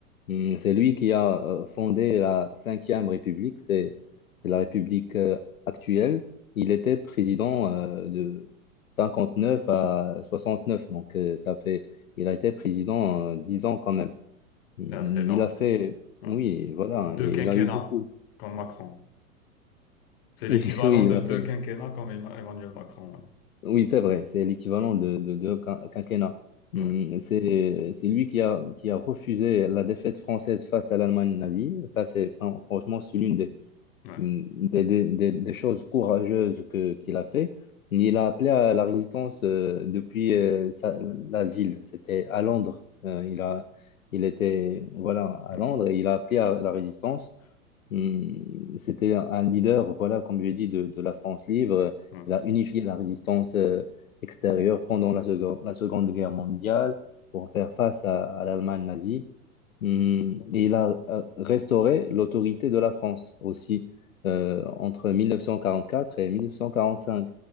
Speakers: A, on the left; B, on the left.
A: hum, c'est lui qui a euh, fondé la Cinquième République, c'est c'est la République euh, actuelle. Il était président euh, de 59 à 69. Donc, euh, ça fait, il a été président euh, 10 ans quand même. Mmh,
B: Ah, c'est énorme.
A: Il a fait,
B: Ouais.
A: oui, voilà,
B: Deux
A: et
B: quinquennats
A: il a eu beaucoup. <laughs>
B: comme Macron. C'est l'équivalent
A: Oui, oui,
B: de
A: il a
B: deux
A: fait.
B: quinquennats comme Emma- Emmanuel Macron.
A: Oui, c'est vrai, c'est l'équivalent de, de, de quin- quinquennat. Hmm,
B: Ouais.
A: C'est, c'est lui qui a, qui a refusé la défaite française face à l'Allemagne nazie. Ça, c'est fran- franchement, c'est l'une des,
B: Ouais. Ouais.
A: des, des- des- des choses courageuses que, qu'il a fait. Il a appelé à la résistance euh, depuis euh, sa- l'asile. C'était à Londres. Euh, il a, il était voilà, à
B: Mm-hmm.
A: Londres et il a appelé à la résistance. Hum, C'était un un leader, voilà, comme j'ai dit, de, de la France libre.
B: Ouais.
A: Il a unifié la résistance euh, extérieure pendant la Seconde, la Seconde Guerre mondiale pour faire face à, à l'Allemagne nazie. Hmm,
B: Ouais.
A: et il a euh, restauré l'autorité de la France aussi euh, entre 1944 et 1945.